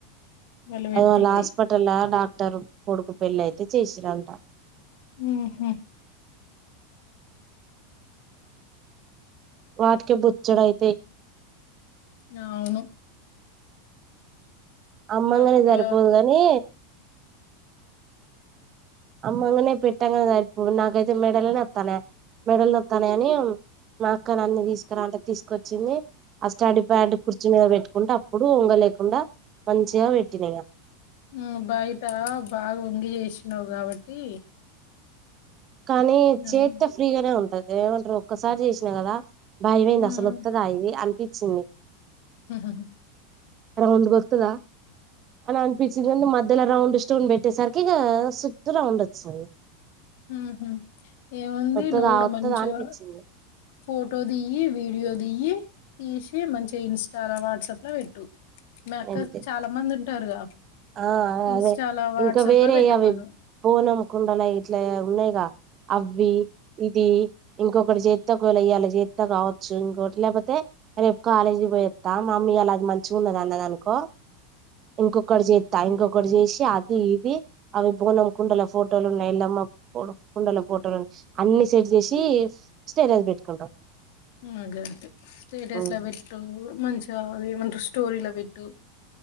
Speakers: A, on the left; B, on the right.
A: వాళ్ళు పెట్టింది
B: అది వాళ్ళ హాస్పిటల్ డాక్టర్ కొడుకు పెళ్లి అయితే చేసిరంట.
A: ఊహు.
B: వాటిక బుచ్చడ అయితే.
A: నవును.
B: అమ్మంగానే
A: తక్కువ
B: సరిపోదు గాని. అమ్మ అంగనే పెట్టన్గనే సరిపో నాక అయితే మెడలి నత్తన మెడల్ నత్తన అని. మా అక్కను అన్ని తీసుకురా అంటే తీసుకోచ్చింది ఆ స్టడీ ప్యాడ్ కుర్చి మీద పెట్టుకుంటే అప్. ఇప్పుడు ఉంగ లేకుండా మంచిగా పెట్టిన ఇగ.
A: ఆ బయట బాగా వంగి చేసినావు కాబట్టి.
B: కానీ
A: అలా
B: చెత్తో ఫ్రీగానే ఉంటది ఏమంటారు ఒక్కసారి చేసినా కదా. భాయమయింది
A: ఉహు
B: అసలు వత్తుదా ఇవి అనిపించింది.
A: హహ
B: అర ఒంద గొతుదా అని అనిపించిందిండి మధ్యలో రౌండ్ స్టోన్ పెట్టేసరికి ఇక సుట్ రౌండ్ వచ్చింది
A: హహ్మ్ ఏముంది
B: వత్తదా
A: నువ్గూడ
B: వత్తదా
A: మంచిగ
B: అనిపించింది
A: ఫోటో దిఇ వీడియో దిఇ తీసి మంచిగా ఇన్స్టాలో వాట్సాప్ లో పెట్టు మీఅక్కక్
B: అంతే
A: చాలా మంది ఉంటారుగా
B: ఆ
A: ఇన్స్టాలో
B: అదే
A: వాట్సాప్
B: ఇంకా వేరే
A: లో పెట్టమను
B: అవి ఫోన్ అమ్కుండా నై ఇట్లా ఉన్నాయిగా అవ్వి ఇది ఇంకొకటి చేత్తేకోలా ఇయ్యాలి చేత్త కావచ్చు ఇంకొట్టి లేకపోతే రేపు కాలేజీకి పోయ్త మామ్మీ అలాది మంచిగా ఉన్నది అన్నదానుకో ఇంకొకటి చే ఇంకొకటి చేసి అది ఇది అవి బోనం కుండల ఫోటోలు ఉన్నాయి ఎల్లమ్మ కుండల ఫోటోలు ఉన్ అన్ని సెట్ చేసి స్టేటస్ పెట్టుకుంటాం
A: నాదంతే స్టేటస్ల
B: ఉమ్,
A: బట్ టు మంచిగా అది ఏమంటారు స్టోరీలో పెట్టు